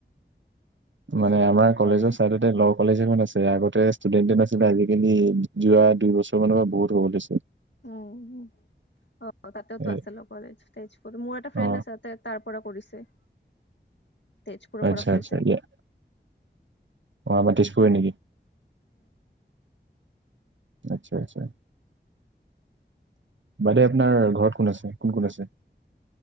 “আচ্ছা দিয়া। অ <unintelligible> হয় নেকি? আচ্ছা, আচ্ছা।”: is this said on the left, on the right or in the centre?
Right